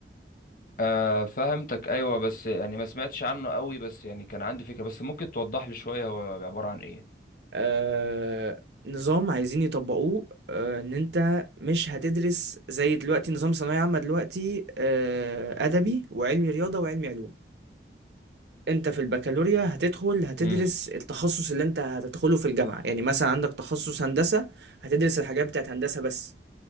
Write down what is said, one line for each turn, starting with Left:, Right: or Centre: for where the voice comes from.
Left: آه فهمتك ايوه بس يعني ما سمعتش عنه قوي بس يعني كان عندي فكرة بس ممكن توضح لي شوية هو عبارة عن ايه
Right: آه، نظام عايزين يطبقوه آه، ان انت مش هتدرس زي دلوقتي نظام ثانوية عامة دلوقتي آه، ادبي وعلمي رياضة وعلمي علوم انت في البكالوريا هتدخل هتدرس
Left: امم
Right: التخصص اللي انت هتدخله في الجامعة يعني مثلا عندك تخصص هندسة هتدرس الحاجات بتاعت هندسة بس